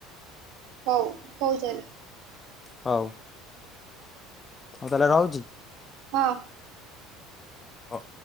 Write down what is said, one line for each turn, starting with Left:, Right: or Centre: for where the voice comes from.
Right: ହଉ ହଉ ତାହେଲେ।
Left: ହଉ। ହଉ ତାହେଲେ ରହୁଚି।
Right: ହଁ।
Left: ହ